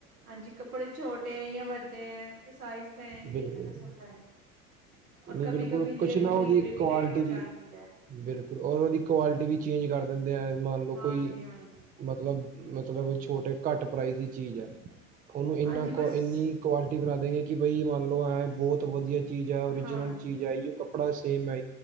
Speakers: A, on the right; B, on the right.
A: ਹਾਂਜੀ ਕੱਪੜੇ ਛੋਟੇ ਹੈ ਜਾਂ ਵੱਡੇ ਹੈ ਤੇ ਸਾਈਜ਼ ਪਹਿਨ
B: ਬਿਲਕੁਲ
A: ਕੇ ਪਤਾ ਚੱਲਦਾ ਨੀ ਹਾਂਜੀ ਸਾਈਜ਼ ਦਾ ਪਹਿਣ ਕੇ ਪਤਾ ਲੱਗਦਾ ਹੈਗਾ। ਔਰ
B: ਨਹੀਂ
A: ਕਭੀ
B: ਬਿਲਕੁਲ
A: ਕਭੀ ਲ
B: ਕੁਛ ਨਾ
A: ਡਲੀਵਰੀ
B: ਉਹਦੀ ਕੁਆਲਿਟੀ
A: ਵੀ ਲੇਟ ਹੋ
B: ਵੀ
A: ਜਾਂਦੀ ਹੈ।
B: ਬਿਲਕੁਲ ਔਰ ਉਹਦੀ ਕੁਆਲਿਟੀ ਵੀ ਚੇਂਜ ਕਰ ਦਿੰਦੇ ਆ ਮੰਨ ਲਓ
A: ਹਾਂਜੀ,
B: ਕੋਈ
A: ਹਾਂਜੀ।
B: ਮਤਲਬ। ਹਾਂਜੀ ਫੋਟੋ ਚੇ ਤੱਕ ਅੱਛੀ ਕੁਆਲਿਟੀ ਦਿਖਦੀ ਹੈਗੀ। ਮਤਲਬ ਛੋਟੇ ਘੱਟ ਪ੍ਰਾਈਜ਼ ਦੀ ਚੀਜ਼ ਹੈ ਉਹਨੂੰ ਇਨਾ
A: ਹਾਂਜੀ
B: ਕੁ
A: ਬਸ,
B: ਇੰਨੀ ਕੁਆਲਿਟੀ। ਬਣਾ ਦਗੇ ਕਿ ਬਈ ਮੰਨ ਲ ਲੋਓ ਐਂ ਬਹੁਤ ਵਧੀਆ ਚੀਜ਼ ਹੈ ਓਰੀਜਨਲ
A: ਹਾਂਜੀ,
B: ਚੀਜ਼ ਹੈ ਕੱਪੇ ਹਾਂਜੀ। ਕੱਪੜਾ ਸੇਮ ਹੈ।